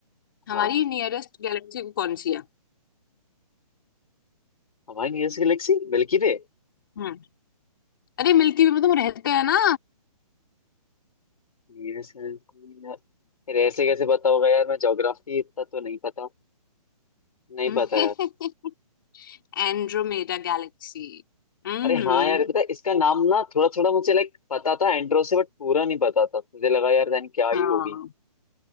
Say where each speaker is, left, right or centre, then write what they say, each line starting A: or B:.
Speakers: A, on the left; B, on the left.
A: हमारी
B: हाँ
A: नियरेस्ट गैलेक्सी कौन सी है
B: हमारी nearest galaxy Milky Way
A: हम्म अरे मिल्की वे में तुम रहते हैं ना
B: Nearest galaxy यार फिर ऐसे कैसे पता होगा यार मैं ज्योग्राफी इतना तो नहीं पता नहीं पता
A: <laughs>
B: यार
A: Andromeda galaxy हम्म
B: अरे हाँ यार पता है इसका नाम ना थोड़ा थोड़ा मुझे लाइक पता था एंड्रो से बट पूरा नहीं पता था मुझे लगा यार जान क्या ही
A: हाँ
B: होगी